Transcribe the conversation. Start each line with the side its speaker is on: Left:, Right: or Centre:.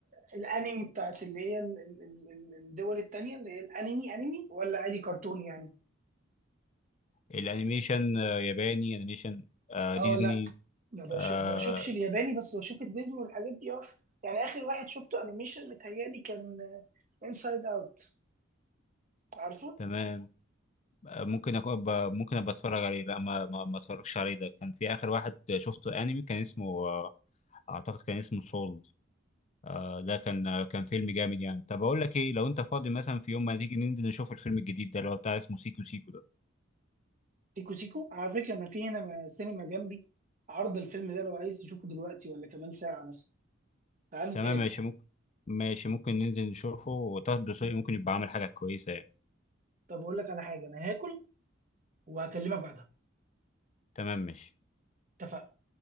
Right: الانمي بتاعت اللي هي ال- ال- ال- الدول التانية اللي هي الانمي انمي ولا عادي كرتون يعني
Left: الانيميشن آه، ياباني انيميشن آه،
Right: اه
Left: ديزني
Right: لا ما بش-
Left: آه،
Right: ما بشوفش الياباني بس بشوف الديزني والحاجات دي اه يعني اخر واحد شفته انيميشن متهيألي كان انسايد اوت عارفه
Left: تمام آه، ممكن اكون ب... ممكن ابقى اتفرج عليه لا ما ما, ما اتفرجش عليه ده كان في اخر واحد شفته انمي كان اسمه آه، اعتقد كان اسمه سولد آه ده كان آه، كان فيلم جامد يعني طب اقول لك ايه لو انت فاضي مثلا في يوم ما تيجي ننزل نشوف الفيلم الجديد ده اللي هو بتاع اسمه سيكو سيكو ده
Right: سيكو سيكو على فكرة أنا في هنا م- سينما جنبي عرض الفيلم ده لو عايز تشوفه دلوقتي ولا كمان ساعة مثلا تعال نتقابل
Left: تمام ماشي ممكن ماشي ممكن ننزل نشوفه وطه الدسوقي ممكن يبقى عامل حاجة كويسة يعني
Right: طب أقول لك على حاجة أنا هاكل وهكلمك بعدها
Left: تمام ماشي
Right: اتفقنا